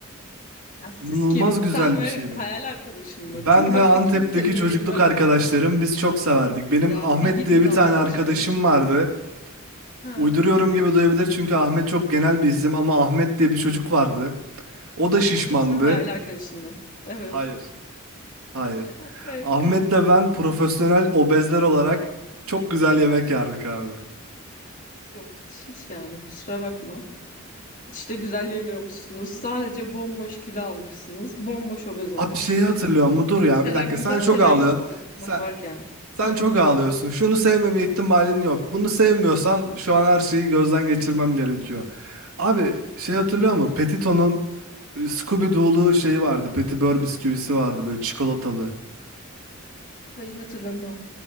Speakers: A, on the left; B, on the right.
A: Ya siz
B: İnanılmaz
A: kim?
B: güzel
A: Sen ve
B: bir şeydi.
A: hayal arkadaşın mı?
B: Ben
A: Çünkü başka
B: ve Antep'teki
A: kimsenin yediğini
B: çocukluk
A: görmedim.
B: arkadaşlarım biz çok severdik. Benim
A: Ya
B: Ahmet
A: bir gidin
B: diye bir
A: Allah
B: tane
A: aşkına.
B: arkadaşım vardı.
A: Ha.
B: Uyduruyorum gibi duyabilir çünkü Ahmet çok genel bir isim ama Ahmet diye bir çocuk vardı. O da şişmandı.
A: Bence o senin hayal arkadaşındı. Evet.
B: Hayır. Hayır.
A: <laughs> Evet.
B: Ahmet'le ben profesyonel obezler olarak çok güzel yemek yerdik abi.
A: Yok hiç hiç yani kusura bakma. Hiç de güzel yemiyormuşsunuz. Sadece bomboş kilo almışsınız. Bomboş obez olmuşsunuz.
B: Abi şeyi hatırlıyor mu? Dur ya
A: Mesela
B: bir dakika
A: güzel
B: sen çok
A: şeyler
B: ağlıyorsun.
A: yiyip obez olmak
B: Sen
A: varken.
B: Sen
A: Ha.
B: çok ağlıyorsun. Şunu sevmeme ihtimalin yok. Bunu sevmiyorsan şu an her şeyi gözden geçirmem gerekiyor. Abi şey hatırlıyor musun? Petito'nun e, Scooby-Doo'lu şeyi vardı. Petibör bisküvisi vardı böyle çikolatalı.
A: Hayır hatırlamıyorum.